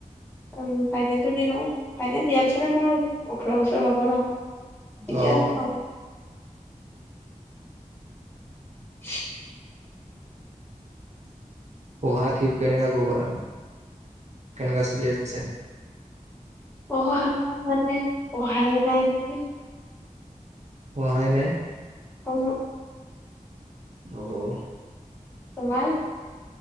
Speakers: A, on the left; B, on the right.
A: আৰু ফাইনেলটো দি লো, ফাইনেল দিয়াৰ পিছতে মোৰ ওঠৰ বছৰ হ'ব ন। এতিয়া
B: অ
A: নহয়। <inaudible>
B: পঢ়া ঠিক কেনেকা কবা কেনেকা চলি আছে?
A: পঢ়া মানে পঢ়ায়ে নাই তাৰ মানে।
B: পঢ়ায়ে নাই?
A: উমহুম,
B: অ',
A: তোমাৰ